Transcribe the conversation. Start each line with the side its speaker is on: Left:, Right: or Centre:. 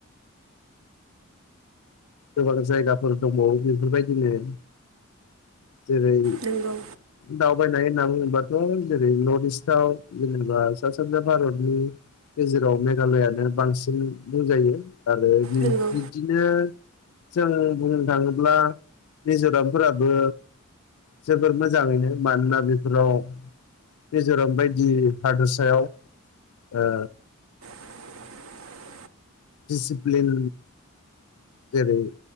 Left: गोबां जायगाफोर दङ बेफोरबायदिनो जेरै-
Right: नंगौ
Left: दावबायनाय होनना बुङो बाथ' जेरै- नर्थ इस्टाव जेनेबा सा सानजा भारतनि गेजेराव मेघालयानो बांसिन बुंजायो आरो बि-बिब्दिनो
Right: नंगौ
Left: जों बुंनो थाङोब्ला मिजरामफोराबो जोबोर मोजाङैनो मानोना बेफोराव मिजराम बायदि हादरसायाव ओ
Right: <inaudible>
Left: दिसिप्लिन जेरै